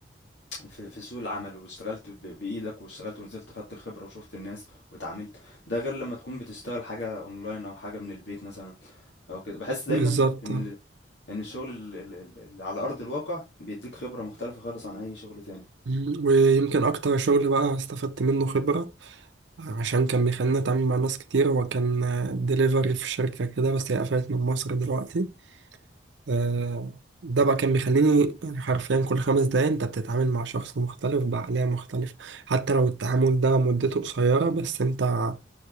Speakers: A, on the left; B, on the right.
A: في في سوق العمل واشتغلت ب بإيدك واشتغلت ونزلت خدت الخبرة وشُفت الناس واتعاملت، ده غير لمّا تكون بتشتغل حاجة أونلاين أو حاجة من البيت مثلًا او كده بحس دايما
B: بالظبط
A: ان ان الشغل ال- ال- ال- اللي على ارض الواقع بيديك خبره مختلفه خالص عن اي شغل تاني
B: مم، ويمكن أكتر شغل بقى استفدت منه خبرة عشان كان بيخليني أتعامل مع ناس كتير وكان ديليفري في شركة كده بس هي قفلت من مصر دلوقتي آه، ده بقى كان بيخليني يعني حرفيا كل خمس دقايق انت بتتعامل مع شخص مختلف بعقلية مختلفة حتى لو التعامل ده مدته قصيرة بس انت آه،